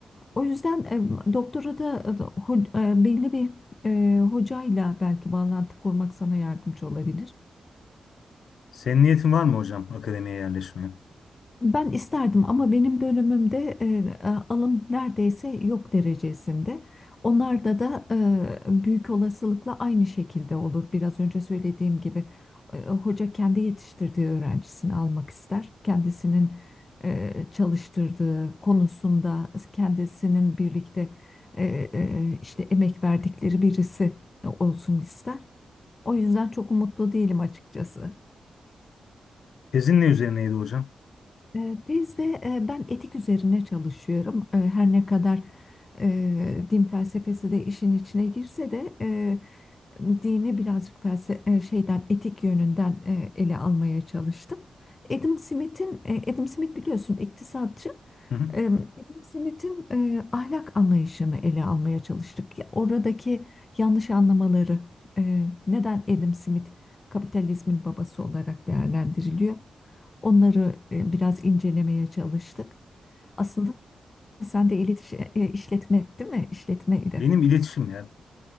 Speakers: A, on the left; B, on the left.
A: o yüzden e, doktora da e, ho- e, belli bir e, hocayla belki bağlantı kurmak sana yardımcı olabilir.
B: Senin niyetin var mı hocam akademiye yerleşmeye?
A: Ben isterdim ama benim bölümümde e, alım neredeyse yok derecesinde. Onlarda da e, büyük olasılıkla aynı şekilde olur. Biraz önce söylediğim gibi e, hoca kendi yetiştirdiği öğrencisini almak ister. Kendisinin e, çalıştırdığı konusunda kendisinin birlikte e, e, işte emek verdikleri birisi olsun ister. O yüzden çok umutlu değilim açıkçası.
B: Tezin ne üzerineydi hocam?
A: E, Tezde e, ben etik üzerine çalışıyorum. E, Her ne kadar e, din felsefesi de işin içine girse de e, dini birazcık felse e, şeyden etik yönünden e, ele almaya çalıştım. Adam Smith'in e, Adam Smith biliyorsun iktisatçı.
B: Hı hı.
A: E, Adam Smith'in e, ahlak anlayışını ele almaya çalıştık. Ya, Oradaki yanlış anlamaları e, neden Adam Smith kapitalizmin babası olarak değerlendiriliyor? Onları e, biraz incelemeye çalıştık. Aslında sen de iletişim, işletme değil mi? İşletmeydi.
B: Benim iletişim ya.